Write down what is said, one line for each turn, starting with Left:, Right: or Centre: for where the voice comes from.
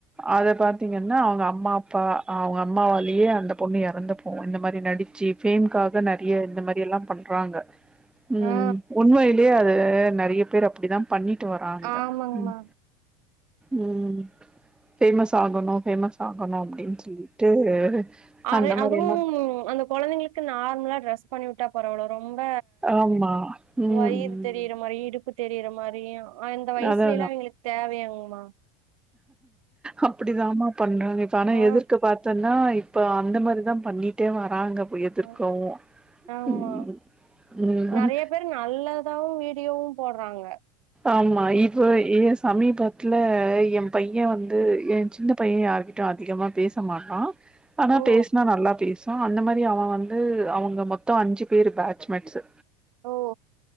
Centre: அத பாத்தீங்கன்னா அவுங்க அம்மா அப்பா அவுங்க அம்மாவாலயே அந்த பொண்ணு எறந்துப்போவு இந்த மாரி நடிச்சு ஃபேம்காக நறைய இந்த மாரி எல்லா பண்றாங்க ம்
Right: ஆ
Centre: உண்மையிலேயே அது நறைய பேர் அப்டிதா பண்ணிட்டு வராங்க
Right: ஆமாங்மா
Centre: ம் ம் ஃபேமஸ் ஆகணு ஃபேமஸ் ஆகணு அப்டின் சொல்லிட்டு
Right: அரே
Centre: அந்த மாரி
Right: அதுவு
Centre: எல்லா
Right: அந்த கொழந்தைங்களுக்கு நார்மலா ட்ரெஸ் பண்ணிவுட் டா பரவால்ல ரொம்ப
Centre: ஆமா ம்
Right: வயிறு
Centre: ம்
Right: தெரியி றமாரி இடுப்பு தெரியிற மாரி அந்த வயச்லலைலா
Centre: அதா
Right: இவிங்களக் தேவயாங்கமா
Centre: அப்டித்தாமா பண்றாங்க இப்ப ஆனா
Right: ஆ
Centre: எதிர்க்க பாத் தன்னா இப்ப அந்த மாரிதா பண்ணிட்டே வராங்க போ எதிர்க்கவு
Right: ஆ ஆமா
Centre: ம் ம்
Right: நெறைய பேர் நல்லதாவு வீடியோவு போட்றாங்க
Centre: ஆமா இப்ப எ சமீபத்துல எ பய்யே வந்து எ சின்ன பய்யே யார் கிட்டயு அதிகமா பேச மாட்டா ஆனா
Right: ஓ
Centre: பேச்னா நல்லா பேசு வா அந்த மாரி அவே வந்து அவுங்க மொத்தோ அஞ்சு பேரு பேட்ச்மெட்ஸ்ஸு
Right: ஓ